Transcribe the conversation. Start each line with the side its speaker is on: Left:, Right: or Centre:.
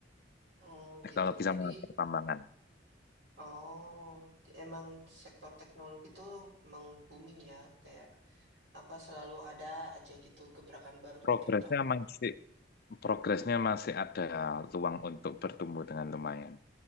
Right: oh
Left: teknologi
Right: gitu. Jadi
Left: sama pertambangan.
Right: oh, emang sektor teknologi itu emang booming ya, kayak apa, selalu ada aja gitu gebrakan barunya
Left: Progresnya
Right: tiap tahunnya.
Left: masih Progresnya masih ada ruang untuk bertumbuh dengan lumayan.